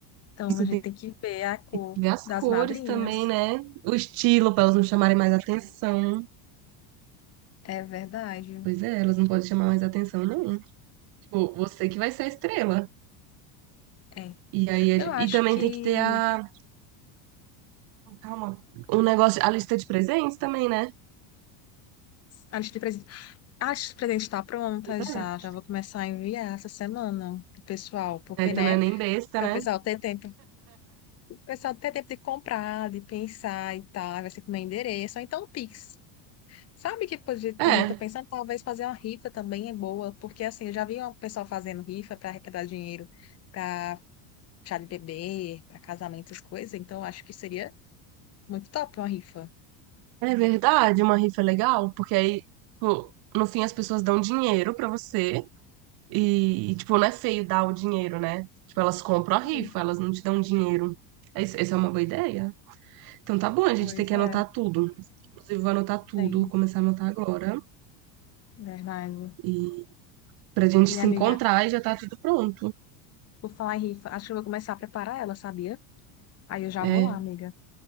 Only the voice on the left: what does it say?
Então
a gente
tem que ver a cor
das
madrinhas.
É verdade.
É.
Eu
acho
que
a lista de presentes, a lista de presentes está pronta já.
Já vou começar a enviar essa semana, pro pessoal, porque,
né,
para
o pessoal ter tempo, o pessoal ter tempo de comprar, de pensar e tal, vai ser com meu endereço, ou então o Pix. Sabe que podia,
também tô pensando, talvez fazer uma rifa também é boa, porque assim, eu já vi o pessoal fazendo rifa para arrecadar dinheiro para chá de bebê, para casamento, essas coisas, então eu acho que seria muito top uma rifa.
Sim.
Pois
é,
tenho,
verdade.
E amiga,
Por falar em rifa, acho que eu vou começar a preparar ela, sabia? Aí eu já
vou lá, amiga.